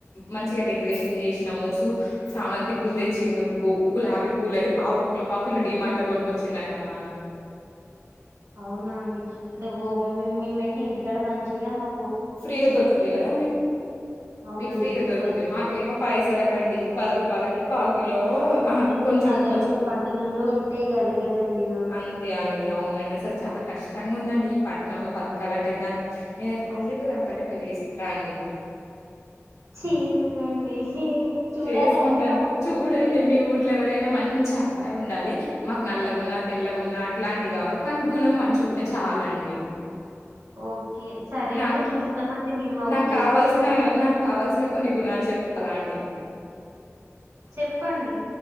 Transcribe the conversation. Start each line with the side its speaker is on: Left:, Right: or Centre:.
Left: మంచిగా డెకరేషన్ చేసినాము సూ చామంతి పూలు తెచ్చిండు గు గులాబీ పూలు అయితే పాకులు పాకులు డిమార్ట్ లో కొనుకొచ్చిండని మా నాన్న
Right: అవున అండి అంటే ఓ మేమయితే ఇంటికాడ మంచిగా మా
Left: ఫ్రీగా దొరుకుతాయి కదా మీకు
Right: అవునండి
Left: మీకు ఫ్రీగా
Right: కొనుక్కోవచ్చు.
Left: దొరుకుతాయి మాకేమో పైసల్క్ కండి పది రూపాయలకి పావు లో ఆహా
Right: అంటే మీరు
Left: కొంచెం,
Right: నగరంలో
Left: కొంచెం
Right: పట్టణంలో ఉంటే గద గదండి ఇగ.
Left: అంతే అండి అవును అండి చాలా కష్టంగా ఉందండి. ఈ పట్టణంలో బతకాలంటే నాకు నేనైతే పల్లె ర అబ్బాయినే పెళ్లి చేేసుకుంటా అండి.
Right: చేసుకోండి చూడాలి
Left: చేసుకుంటాను
Right: అండి మా ఊళ్ళో
Left: చూడండి
Right: మీకేమైనా.
Left: మీ ఊర్లో ఎవరైనా మంచి అబ్బాయి ఉండాలి. మాకు నల్లగున్నా, తెల్లగున్నా అట్లాంటివి కావు. కానీ గుణం మంచిగుంటే చాలండి.
Right: ఓకే సరే
Left: నాకు
Right: అండి చూ ఎంతమంది మిమ్మ
Left: నాకు
Right: ఊర్లో
Left: కావాల్సిన నాకు కావాల్సిన కొన్ని గుణాలు చెప్పాలా అండి.
Right: చెప్పండి